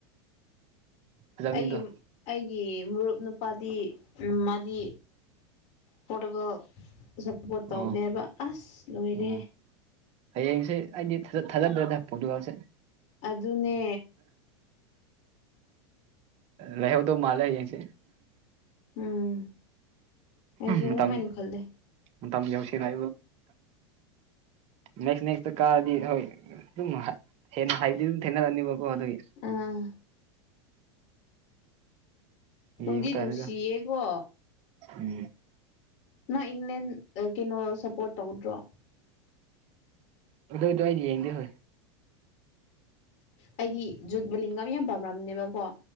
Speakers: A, on the right (about 45°); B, on the left (about 50°).
A: ꯐꯖꯒꯅꯤꯗꯣ
B: ꯑꯩꯒꯤ ꯑꯩꯒꯤ ꯃꯔꯨꯞ ꯅꯨꯄꯥꯗꯤ ꯃꯥꯗꯤ ꯄꫭꯔꯇꯨꯒꯜ ꯁꯄꯣꯔꯠ ꯇꯧꯗꯦ
A: ꯑꯣ
B: ꯍꯥꯏꯕ ꯑꯁ ꯂꯣꯏꯔꯦ
A: ꯑꯣ ꯍꯌꯦꯡꯁꯦ ꯑꯩꯗꯤ ꯊ ꯊꯥꯖꯗ꯭ꯔꯦꯗ ꯄꯔꫭꯇꯨꯒꯜꯁꯦ
B: ꯑꯗꯨꯅꯦ
A: ꯂꯩꯍꯧꯗꯧ ꯃꯥꯜꯂꯦ ꯍꯌꯦꯡꯁꯦ
B: ꯎꯝ ꯑꯩꯁꯨ ꯑꯗꯨꯝꯥꯏꯅ
A: ꯃꯇꯝ
B: ꯈꯜꯂꯦ
A: ꯃꯇꯝ ꯌꯧꯁꯤꯜꯂ ꯅꯦꯛꯁ ꯅꯦꯛꯁꯇ ꯀꯥꯔꯗꯤ ꯍꯣꯏ ꯑꯗꯨꯝ ꯍꯥꯏ ꯍꯦꯟꯅ ꯍꯥꯏꯗꯤ ꯊꯦꯡꯅꯔꯅꯤꯕꯀꫭ ꯑꯗꯨꯒꯤ
B: ꯑꯥ ꯅꯨꯡꯗꯤ
A: ꯌꯦꯡꯕ
B: ꯅꯨꯡꯁꯤꯌꯦꯀꯣ
A: ꯇꯥꯔꯦꯗ ꯎꯝ
B: ꯅꯪ ꯏꯪꯂꯦꯟ ꯀꯩꯅꯣ ꯁꯞꯄꯣꯔꯠ ꯇꯧꯗ꯭ꯔꯣ
A: ꯑꯗꯨꯏꯗꯣ ꯑꯩꯗꯤ ꯌꯦꯡꯗꯦ ꯍꯣꯏ
B: ꯑꯩꯗꯤ ꯖꯨꯠꯕꯂꯤꯉꯝ ꯌꯥꯝ ꯄꯥꯝꯃꯝꯅꯦꯕꯀꯣ